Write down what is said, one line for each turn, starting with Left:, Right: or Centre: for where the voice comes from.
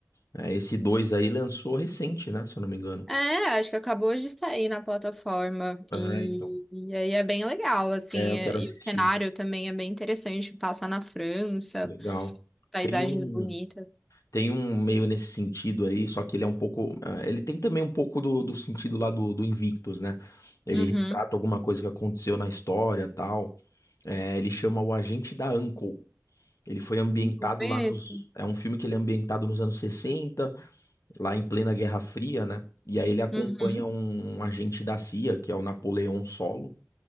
Left: É, esse 2 aí lançou recente, né? Se eu não me engano.
Centre: É, acho que acabou de sair na plataforma.
Left: É,
Centre: E,
Left: então.
Centre: e aí é bem legal, assim,
Left: É, eu
Centre: é-
Left: quero assistir.
Centre: e o cenário também é bem interessante, passa na França.
Left: Legal.
Centre: Paisagens
Left: Tem um,
Centre: bonitas.
Left: tem um meio nesse sentido aí, só que ele é um pouco. eh, Ele tem também um pouco do, do sentido lá do, do Invictus, né? Ele
Centre: Uhum.
Left: retrata alguma coisa que aconteceu na história tal. É, ele chama o Agente da Uncle. Ele foi ambientado
Centre: Hum, Não conheço.
Left: lá nos. É um filme que ele é ambientado nos anos sessenta. lá em plena Guerra Fria, né? E aí ele acompanha
Centre: Uhum.
Left: um um agente da CIA, que é o Napoleão Solo,